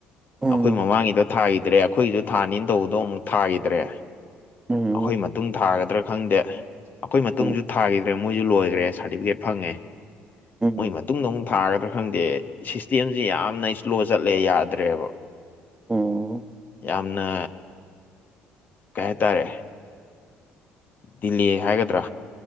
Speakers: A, on the right (about 20°); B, on the left (about 45°).
A: ꯎꯝ
B: ꯑꯩꯈꯣꯏ ꯃꯃꯥꯡꯒꯤꯗ ꯊꯥꯈꯤꯗ꯭ꯔꯦ ꯑꯩꯈꯣꯏꯒꯤꯗ ꯊꯥꯅꯤꯅ ꯇꯧꯕꯗꯣ ꯑꯃꯨꯛ ꯊꯥꯈꯤꯗ꯭ꯔꯦ
A: ꯎꯝ
B: ꯑꯩꯈꯣꯏ ꯃꯇꯨꯡ ꯊꯥꯒꯗ꯭ꯔꯥ ꯈꯪꯗꯦ ꯑꯩꯈꯣꯏ ꯃꯇꯨꯡꯁꯨ
A: ꯎꯝ
B: ꯊꯥꯈꯤꯗ꯭ꯔꯦ ꯃꯣꯏꯁꯨ ꯂꯣꯏꯒ꯭ꯔꯦ ꯁꯥꯔꯇꯤꯐꯤꯀꯦꯠ ꯐꯪꯉꯦ
A: ꯎꯝ
B: ꯃꯣꯏ ꯃꯇꯨꯡꯗꯃꯨꯛ ꯊꯥꯒꯗ꯭ꯔꯥ ꯈꯪꯗꯦ ꯁꯤꯁꯇꯦꯝꯁꯤ ꯌꯥꯝꯅ ꯏꯁꯂꯣ ꯆꯠꯂꯦ ꯌꯥꯗ꯭ꯔꯦꯕ
A: ꯑꯣ
B: ꯌꯥꯝꯅ ꯀꯩꯍꯥꯏꯇꯥꯔꯦ ꯗꯤꯂꯦ ꯍꯥꯏꯒꯗ꯭ꯔꯥ